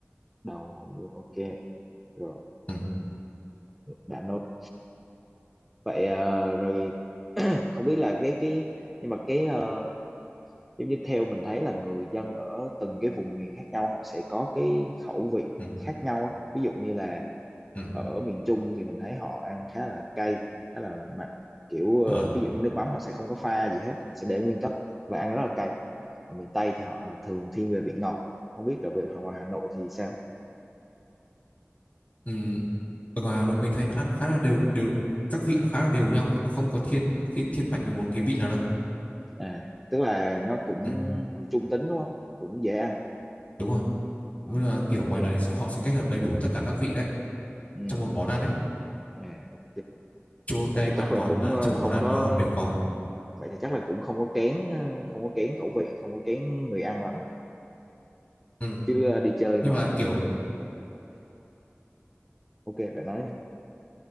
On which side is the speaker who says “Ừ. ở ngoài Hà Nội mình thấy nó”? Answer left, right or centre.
Left